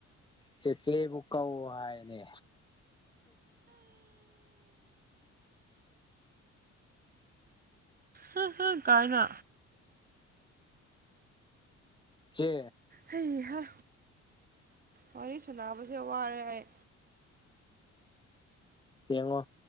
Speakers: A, on the left; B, on the right.
A: ꯆꯦ ꯆꯦꯕꯨ ꯀꯧ ꯍꯥꯏꯕꯅꯦ꯫
B: ꯍꯥ ꯍꯥ ꯀꯥꯏꯅ
A: ꯆꯦ
B: ꯍꯩ ꯍꯥ ꯋꯥꯔꯤ ꯁꯥꯟꯅꯕꯁꯦ ꯋꯥꯔꯦ ꯑꯩ꯫
A: ꯌꯦꯡꯉꯣ